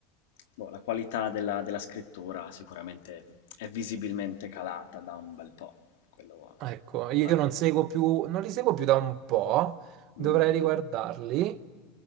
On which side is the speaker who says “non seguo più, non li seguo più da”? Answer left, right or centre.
Right